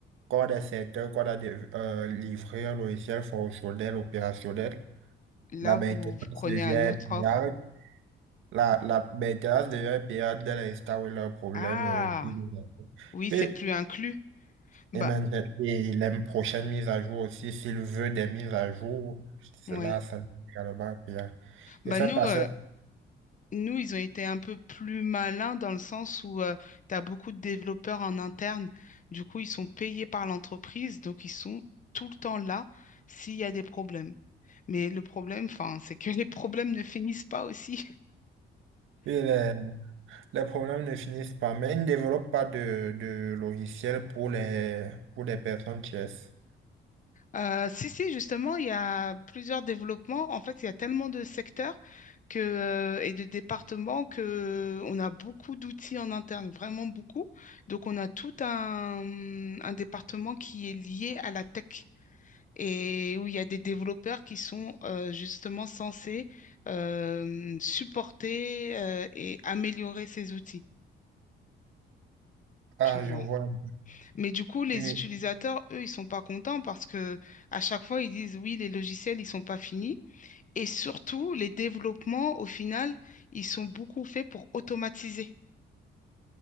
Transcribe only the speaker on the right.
quand des secteurs, quand des euh, livreurs, logiciels fonctionnels, opérationnels,
la maintenance
devient
payante.
La, la maintenance devient payante dès l'instant où il y a un problème.
euh, il
est-
et, et maintenant, et les prochaines mises à jour aussi, s'il veut des mises à jour, cela,
ça devient également payant.
Et ça
passe.
les, les problèmes ne finissent pas, mais ils ne développent pas de, de logiciel pour les, pour les personnes tierces.
Ah,
je vois un
peu.